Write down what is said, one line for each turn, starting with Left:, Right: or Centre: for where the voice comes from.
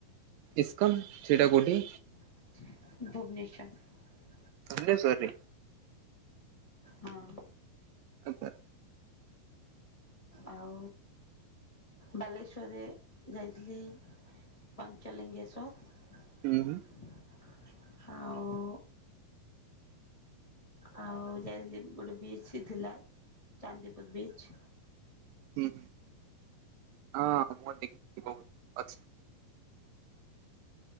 Right: ଇସ କନ୍ ସେଇଟା କଉଟି?
Left: ଭୁବନେଶ୍ୱର।
Right: ଭୁବନେଶ୍ୱର ରେ।
Left: ହଁ।
Right: ଆଚ୍ଛା।
Left: ଆଉ ବାଲେଶ୍ୱର ରେ ଯାଇଥିଲି ପାଞ୍ଚ ଞ୍ଚଲିଙ୍ଗେଶ୍ଵର
Right: ହୁଁ ହୁଁ
Left: ଆଉ ଆଉ ଯାଇଥିଲି ଗୋଟେ ବିଚ୍ ବି ଥିଲା, ଚାନ୍ଦିପୁର ବିଚ୍।
Right: ହୁଁ, ହଁ ମୁଁ ଦେଖ ବହୁତ ଅଛି।